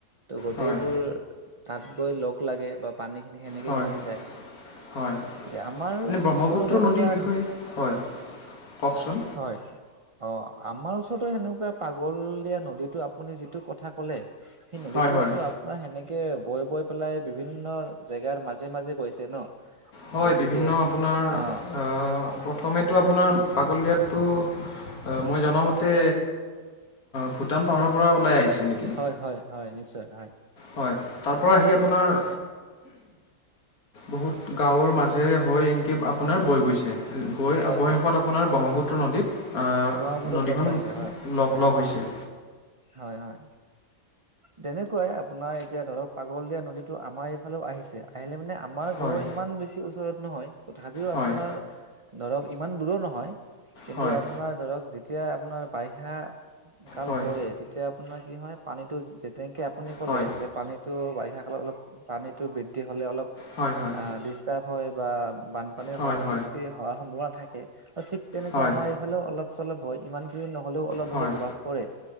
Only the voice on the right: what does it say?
ত' গোটেইবোৰ
তাত গৈ লগ লাগে বা পানী খিনি সেনেকে
গুচি যায়।
এ আমাৰ
ওচৰৰত তেনেকুৱা।
হয় অ আমাৰ ওচৰৰত সেনেকুৱা পাগল দিয়া নদীতো আপুনি যিটো কথা কলে সেই নদীতোতো
আপোনাৰ সেনেকে তেনেকে বৈ বৈ পেলাই বিভিন্ন জেগাৰ মাজে মাজে গৈছে ন
গতিকে
অ
হয় হয় হয় নিশ্চয় হয়।
হয়
হয়
ব্ৰহ্মপুত্ৰত
লগ পাইছে হয়
হয় হয়। তেনেকুৱাই আপোনাৰ এতিয়া ধৰক পাগল দিয়া নদীতো আমাৰ এইফালেও আহিছে আহিলে মানে আমাৰ ঘৰৰ
ইমান বেছি ওচৰত নহয় তথাপিও
আপোনাৰ ধৰক ইমান দূৰো নহয় কিন্তু
আপোনাৰ ধৰক যেতিয়া আপোনাৰ বাৰিষা কাল
পৰে তেতিয়া আপোনাৰ কি হয় পানীতো যেনেকে আপুনি ক'লে
যে পানীটো বা তেনেকে অলপ পানীতটো বৃদ্ধি হ'লে অলপ
অ ডিষ্টাৰ্ব হয় বা বানপানী
হোৱাৰ
সৃষ্টি হোৱাৰ সম্ভাৱনা থাকে ঠিক তেনেকুৱা
আমাৰ এইফালেও অলপ চলপ হয় ইমানখিনি নহ'লেও অলপ
হলে প্ৰভাৱ পৰে